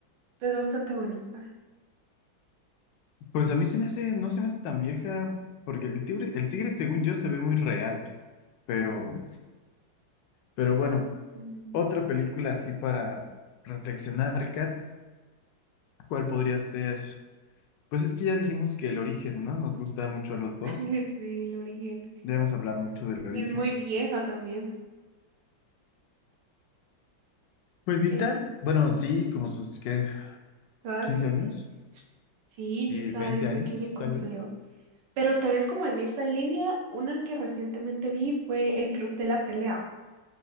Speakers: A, on the right; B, on the left.
A: pero es bastante bonita.
B: Pues a mí se me hace, no se me hace tan vieja, porque el tigre, el tigre según yo se ve muy real, pero, pero bueno,
A: Ujú.
B: otra película así para reflexionar, Kat, ¿cuál podría ser? Pues es que ya dijimos que el origen, ¿no? Nos gusta mucho a los dos,
A: <laughs> Sí, el origen.
B: debemos hablar mucho del origen.
A: Y es muy vieja también.
B: Pues ni
A: Eh,
B: tan, bueno, sí, como sus, ¿qué?
A: claro
B: quince
A: que sí.
B: años,
A: Sí,
B: Die-
A: yo estaba
B: veinte
A: bien
B: años,
A: pequeña cuando
B: tal vez.
A: salió. Pero tal vez como en esa línea, una que recientemente vi fue El Club de la Pelea.